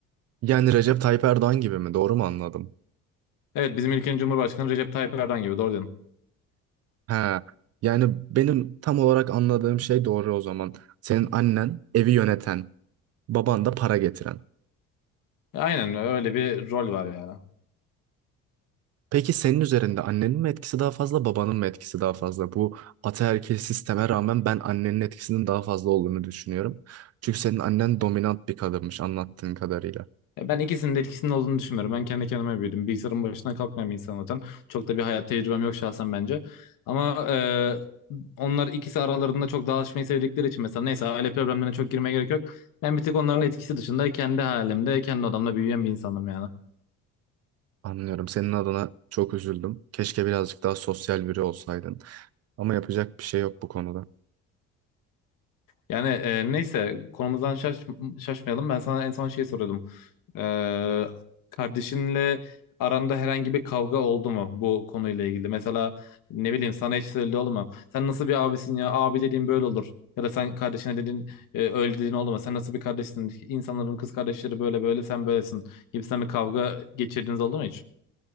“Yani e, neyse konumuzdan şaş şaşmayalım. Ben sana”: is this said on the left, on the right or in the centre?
Left